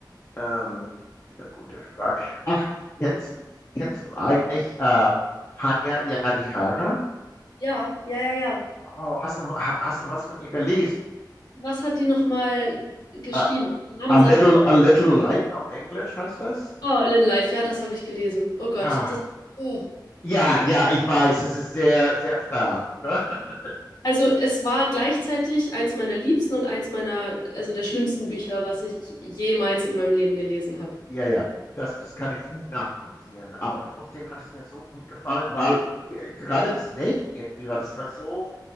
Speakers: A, on the left; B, on the left.
A: Ähm, eine gute Frage. Ach, kennst du, kennst du eigentlich ähm, Hanya Yanagihara?
B: ja, ja, ja, ja.
A: Oh, hast du, ha- hast du was von ihr gelesen?
B: Was hat die noch mal geschrieben?
A: Äh,
B: Der Name
A: A Little,
B: sagt,
A: A Little Light auf Englisch heißt das?
B: oh, A Little Life. Ja, das habe ich gelesen. Oh Gott,
A: Ah,
B: das. Oh.
A: ja, ja, ich weiß, es ist sehr, sehr stark, oder? <laughs>
B: Also es war gleichzeitig eins meiner liebsten und eins meiner, also der schlimmsten Bücher, was ich jemals in meinem Leben gelesen habe.
A: Ja, ja, das, das kann ich gut nachvollziehen. Aber trotzdem hat es mir so gut gefallen, weil äh, gerade deswegen irgendwie war das war so